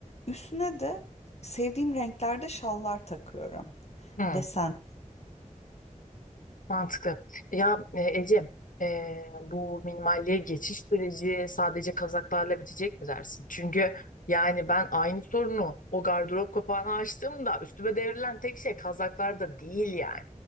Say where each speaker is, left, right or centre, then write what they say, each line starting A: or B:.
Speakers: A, on the left; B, on the left.
A: Üstüne de sevdiğim renklerde şallar takıyorum.
B: Hı.
A: Desen.
B: Mantıklı. Ya e, Ece, e, bu minimalliğe geçiş süreci sadece kazaklarla bitecek mi dersin? Çünkü yani ben aynı sorunu o gardırop kapağını açtığımda üstüme devrilen tek şey kazaklar da değil yani.